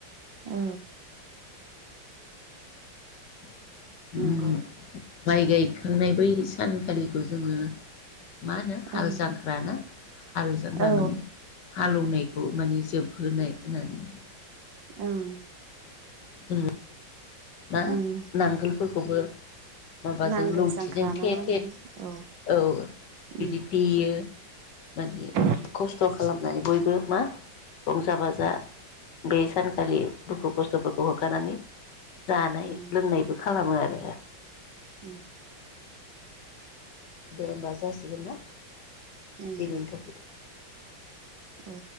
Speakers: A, on the right; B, on the left.
A: औ।
B: <inaudible>
A: नंगौ
B: माइ गायखांनाय बै सानखालिबो जोङो मा होनो हाल
A: ओं
B: जांख्राना हाल जांख्रा
A: औ
B: माने हालौनायखौ माने जोबहोनाय होननानै
A: ओं।
B: <inaudible> ना,
A: ओं
B: नांगोलफोरखौबो माबाजों
A: नांगोल
B: लावथिजों
A: जांख्रा
B: थे
A: ना मा होनो
B: थे, औ बिदि
A: उम
B: देयो माने
A: उम
B: खस्थ' खालाम होननानै बयबो मा रंजा बाजा
A: उम
B: बे सान खालि दुखु खस्थ'खौ अ होखारनानै जानाय
A: उम
B: लोंनायबो खालामो आरो।
A: उम।
B: दे होमबा जासिगोना।
A: उम
B: दिनैनि टपिकआ।
A: औ।